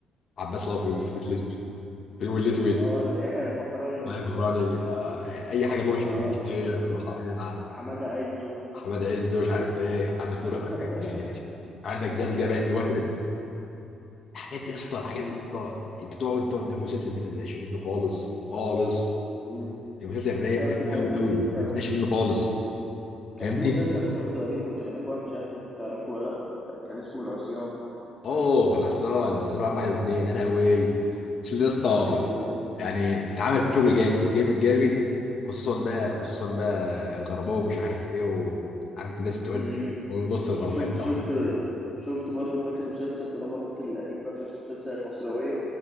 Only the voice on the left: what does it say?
عباس الله في في بيت
الاسود في اليوم الاسود
يا بهراني آه، اي حاجه نور
الشريف
رحايا
حماد عز ومش عارف ايه عندك
نور عندك إيه، عندك زي الجبل الوتد الحاجات دي يا اسطى الحاجات
دي يا اسطى انت تقعد تقعد ده المسلسل ده ما تزهقش منه خالص خالص
المسلسل رايق
قوي
قوي
قوي
ما تزهقش منه خالص
فاهمني
اوه العصيان العصيان واحد واحد واثنين يا لهوي بس ده يا اسطى
يعني اتعمل في شغل جامد جامد جامد خصوصا بقى خصوصا بقى الغرباوي ومش عارف ايه وعارف الناس تقول
ونص الغربيه
ده
عمال.